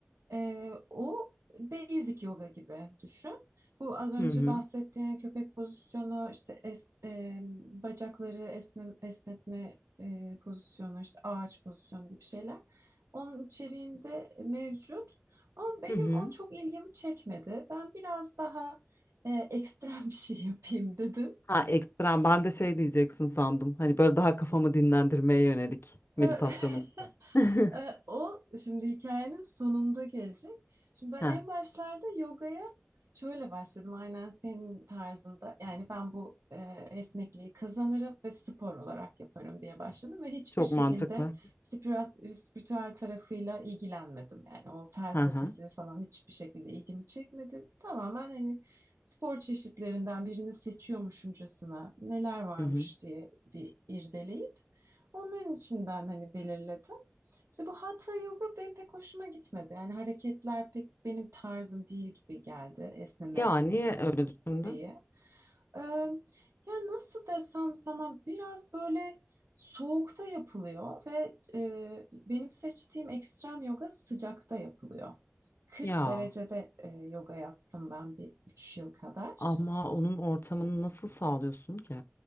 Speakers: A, on the right (about 85°); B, on the left (about 55°).
A: Ee, o basic yoga gibi düşün. Bu az önce
B: Hı hı.
A: bahsettiğin köpek pozisyonu, işte es- e, bacakları esne- esnetme e, pozisyonu, işte ağaç pozisyonu gibi şeyler. Onun içeriğinde mevcut. Ama benim
B: Hı hı.
A: o çok ilgimi çekmedi. Ben biraz daha e, ekstrem bir şey yapayım dedim.
B: Ha ekstrem. Ben de şey diyeceksin sandım. Hani böyle daha kafamı dinlendirmeye yönelik meditasyonum.
A: <laughs>
B: <laughs>
A: E, o şimdi hikayenin sonunda gelecek. Şimdi ben
B: Ha,
A: en başlarda yogaya şöyle başladım. Aynen senin tarzında. Yani ben bu e, esnekliği kazanırım ve spor olarak yaparım diye başladım ve hiçbir
B: çok
A: şekilde
B: mantıklı.
A: spiritüel, spiritüel tarafıyla ilgilenmedim. Yani o felsefesi
B: Hı hı.
A: falan hiçbir şekilde ilgimi çekmedi. Tamamen hani spor çeşitlerinden birini seçiyormuşumcasına neler varmış
B: Hı hı.
A: diye bir irdeleyip onların içinden hani belirledim. İşte bu hatha yoga benim pek hoşuma gitmedi. Yani hareketler pek benim tarzım değil gibi geldi esneme
B: Ya niye
A: e,
B: öyle düşündün?
A: şeyi. Ee, ya nasıl desem sana biraz böyle soğukta yapılıyor ve e, benim seçtiğim ekstrem yoga sıcakta yapılıyor. kırk
B: Ya
A: derecede e, yoga yaptım ben bir 3 yıl kadar.
B: ama onun ortamını nasıl sağlıyorsun ki?